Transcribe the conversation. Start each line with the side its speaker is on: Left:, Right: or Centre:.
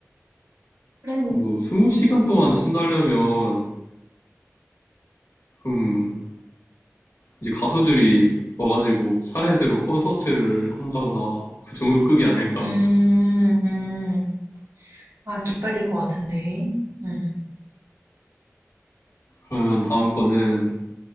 Right: 그래, 뭐.
Left: 뭐, 20시간 동안 신나려면, 음, 이제 가수들이 와가지고 차례대로 콘서트를 한다거나 그 정도 급이 아닐까.
Right: 음, 음. 아, 깃발일 것 같은데. 음,
Left: 그러면 다음 거는,